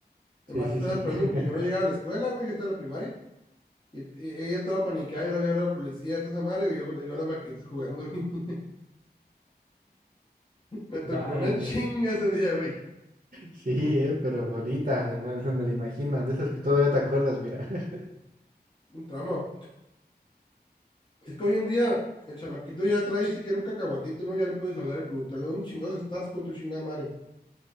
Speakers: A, on the left; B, on the right.
A: Mi
B: Sí,
A: mamá
B: sí,
A: se estaba
B: sí.
A: esperando
B: <laughs>
A: porque yo no llegaba a la escuela, güey. Yo estaba en la primaria. Y, y ella toda panicada, yo la había hablado a la policía, toda esa madre, güey. Yo, yo a las maquinitas jugando, güey. <laughs> Me tocó
B: No,
A: una
B: no, no.
A: chinga ese día, güey.
B: Sí, eh, pero bonita, además me la imagino, de esas que todavía te acuerdas, mira. <laughs>
A: Un trauma. Es que hoy en día el chamaquito ya trae siquiera un cacahuatito, ¿no? Ya le puedes hablar y preguntarle, ¿dónde chingados estás, hijo de tu chingada madre?